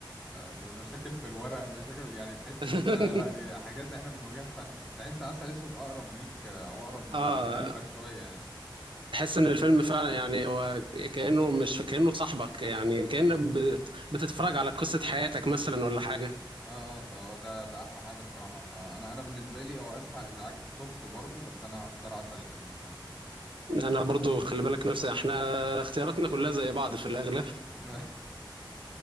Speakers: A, in the centre; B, on the right (about 80°).
A: مشاكل في الورق مشاكل يعني تحس
B: <laughs>
A: ان انت لا دي حاجات احنا بنواجهها فتحس عسل اسود اقرب ليك آه، او اقرب ل-
B: اه
A: لقلبك شوية يعني
B: تحس ان الفيلم فعلا يعني هو كانه مش كانه صاحبك يعني كان ب- بتتفرج على قصه حياتك مثلا ولا حاجه
A: اه اه فهو ده ده احلى حاجه بصراحه فانا انا بالنسبه لي او اسف على الازعاج توب برضو بس انا هختار عسل اسود بصراحه
B: انا برضو خلي بالك نفسي احنا اختياراتنا كلها زي بعض في الاغلب
A: <laughs>